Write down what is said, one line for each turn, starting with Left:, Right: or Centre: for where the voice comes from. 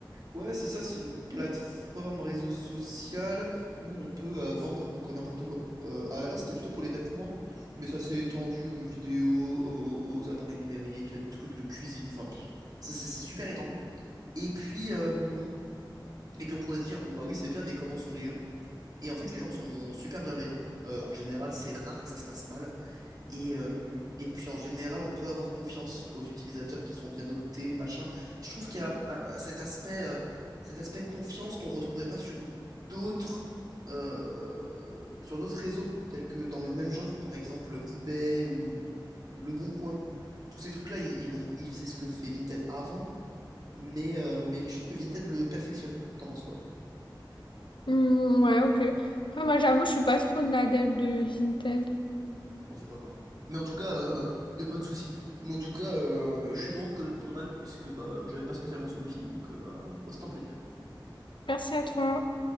Right: Ouais, c'est ça, c'est une plateforme réseau social où on peut euh, vendre à peu près n'importe quoi. Euh, à la base, c'était plutôt pour les vêtements, mais ça s'est étendu aux jeux vidéo, aux, aux- aux appareils numériques, à des trucs de cuisine, enfin, pff, ça, c'est c'est super étendu. Et puis, euh, et puis, on pourrait se dire, bon, bah oui, c'est bien, mais comment sont les gens? Et en fait, les gens sont super bienveillants. Euh, en général, c'est rare que ça se passe mal. Et, euh, et puis en général, on peut avoir confiance aux utilisateurs qui sont bien notés, machin. Je trouve qu'il y a un- un- cet aspect, euh, cet aspect confiance qu'on retrouverait pas sur d'autres euh, sur d'autres réseaux, tels que dans le même genre, par exemple eBay ou, ou Le Bon Coin. Tous ces trucs-là, ils, ils l'ont- ils faisaient ce que fait Vinted avant, mais, euh, mais je trouve que Vinted le perfectionne. T'en penses quoi?
Left: Hmm, ouais, ok. Après, moi j'avoue, je suis pas trop une adepte de Vinted.
Right: Bon, c'est pas grave. Mais en tout cas, il y a pas de souci. Mais en tout cas, euh, je suis content de connaître ton avis puisque bah j'avais pas spécialement celui-ci, donc euh, bah, bah c'est un plaisir.
Left: Merci à toi.